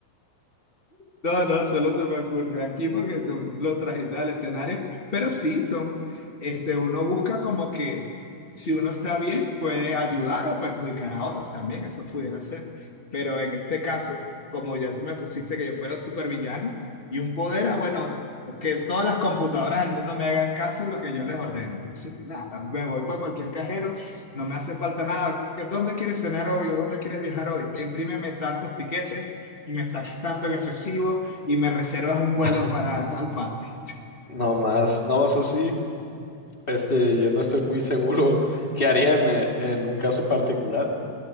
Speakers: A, on the left; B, on the left.
A: No, no, solo se me ocurrió aquí porque tú lo trajiste al escenario, pero sí son, este, uno busca como que si uno está bien puede ayudar o perjudicar a otros también, eso pudiera ser, pero en este caso, como ya tú me pusiste que yo fuera un supervillano y un poder, ah, bueno, que todas las computadoras del mundo me hagan caso en lo que yo les ordene, entonces nada, me voy para cualquier cajero, no me hace falta nada, ¿Que ¿dónde quieres cenar hoy o dónde quieres viajar hoy? Imprímeme tantos tiquetes y me sacas tanto en efectivo y me reservas un vuelo
B: <laughs>
A: para tal parte.
B: No más, no, eso sí, este, yo no estoy muy seguro qué haría en, eh, en un caso particular.